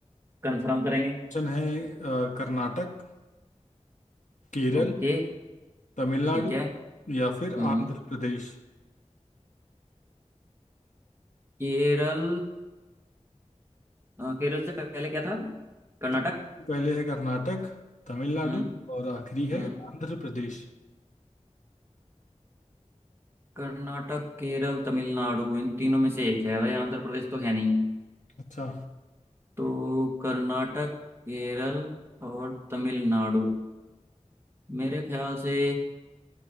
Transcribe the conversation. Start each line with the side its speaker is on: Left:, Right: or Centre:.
Right: कंफर्म करेंगे
Left: ऑप्शन है अ, कर्नाटक केरल
Right: ओके
Left: तमिलनाडु
Right: ठीक है
Left: या फिर
Right: हम्म
Left: आंध्र प्रदेश
Right: केरल अ, केरल से पहले क्या था कर्नाटक
Left: ठीक है, पहले है कर्नाटक तमिलनाडु
Right: हम्म
Left: और आखिरी
Right: हम्म
Left: है आंध्र प्रदेश
Right: कर्नाटक केरल तमिलनाडु इन तीनों में से एक है भाई आंध्र प्रदेश तो है नहीं
Left: अच्छा
Right: तो कर्नाटक केरल और तमिलनाडु मेरे ख्याल से